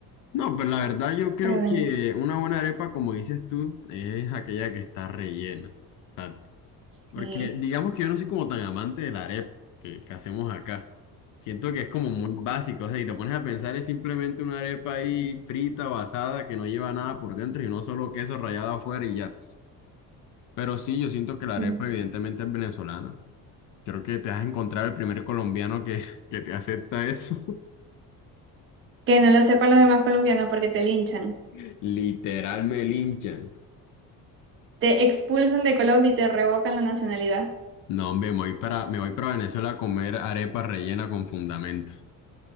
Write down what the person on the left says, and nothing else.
No, pero la verdad yo creo
que una buena arepa, como dices tú, es aquella que está rellena. Exacto.
Porque digamos que yo no soy como tan amante de la arepa que, que hacemos acá. Siento que es como muy básico. O sea, si te pones a pensar es simplemente una arepa ahí frita o asada que no lleva nada por dentro y no solo queso rallado afuera y ya. Pero sí, yo siento que la
arepa evidentemente es venezolana. Creo que te has encontrado el primer colombiano que, <laughs> que te acepta eso.
<laughs> Literal me linchan.
No, hombre, me voy para, me voy para Venezuela a comer arepa rellena con fundamento.